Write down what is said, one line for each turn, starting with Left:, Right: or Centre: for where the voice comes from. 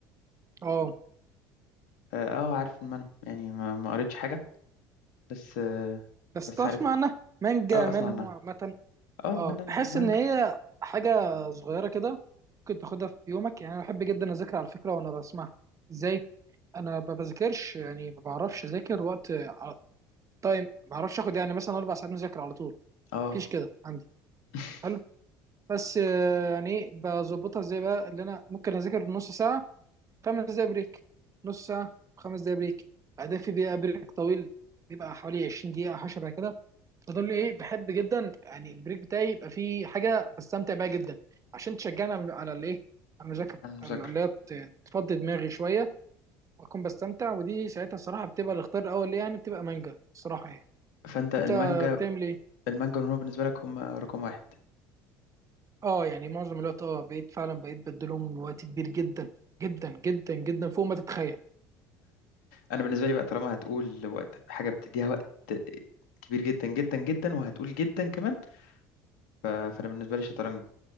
Right: اه
Left: اه آه، عارف المنهو يعني ما ما قريتش حاجة بس آه،
Right: بس
Left: بس
Right: تعرف
Left: عارفها
Right: معنى مانجا
Left: اه
Right: منهو
Left: اسمع عنها
Right: عامة
Left: اه
Right: اه
Left: من المانجا
Right: بحس ان هي حاجه صغيره كده ممكن تاخدها في يومك يعني انا بحب جدا اذاكر على فكره وانا بسمعها ازاي انا ما بذاكرش يعني ما بعرفش اذاكر وقت ع- تايم ما بعرفش اخد يعني مثلا اربع ساعات مذاكره على طول
Left: اه
Right: مفيش كده عندي
Left: <laughs>
Right: حلو بس آه، يعني ايه بظبطها ازاي بقى اللي انا ممكن اذاكر في نص ساعه خمس دقايق بريك نص ساعه خمس دقايق بريك بعدين في دقيقه بريك طويل بيبقى حوالي 20 دقيقه او حاجه شبه كده تدل ايه بحب جدا يعني البريك بتاعي يبقى فيه حاجه بستمتع بيها جدا عشان تشجعني على على الايه على المذاكره
Left: عن المذاكرة
Right: على اللي هي ت- تفضي دماغي شويه واكون بستمتع ودي ساعتها الصراحه بتبقى الاختيار الاول ليه يعني بتبقى مانجا الصراحه يعني
Left: فانت المانجا
Right: انت بتعمل ايه
Left: المانجا والمنهو بالنسبة لك هم رقم واحد
Right: اه يعني معظم الوقت اه بقيت فعلا بقيت بديلهم وقت كبير جدا جدا جدا جدا فوق ما تتخيل
Left: انا بالنسبة لي بقى طالما هتقول وقت حاجة بتديها وقت كبير جدا جدا جدا وهتقول جدا كمان آه، فانا بالنسبة لي شطرنج